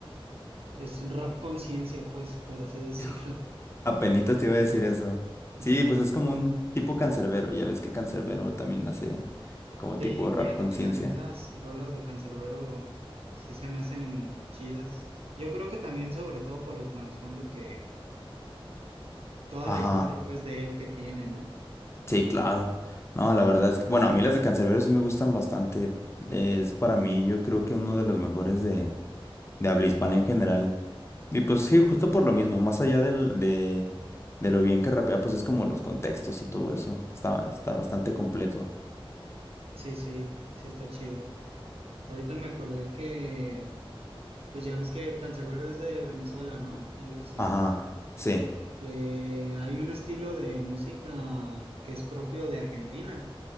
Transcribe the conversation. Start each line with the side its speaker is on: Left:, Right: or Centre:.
Right: Es un rap conciencia, pues, por así <laughs> decirlo.
Left: Hijo, Apenitas te iba a decir eso. Sí,
Right: Sí.
Left: pues es como un tipo cancerbero, ya ves que cancerbero también hace como
Right: Sí,
Left: tipo rap
Right: fíjate
Left: conciencia.
Right: que también las rolas de Canserbero sí se me hacen chidas. Yo creo que también, sobre todo por el trasfondo que toda
Left: Ajá,
Right: la historia, pues, de él que tiene, ¿no?
Left: sí, claro. No, la verdad es que, bueno, a mí las de Canserbero sí me gustan bastante. Es para mí, yo creo que uno de los mejores de, de habla hispana en general. Y pues sí, justo por lo mismo, más allá del, de, de lo bien que rapea, pues es como los contextos y todo eso. Está, está bastante completo.
Right: Sí, sí, sí está chido. Ahorita me acordé que, pues ya ves que Canserbero es de Venezuela, ¿no? Algo así.
Left: Ajá, sí,
Right: Eh, hay un estilo de música que es propio de Argentina.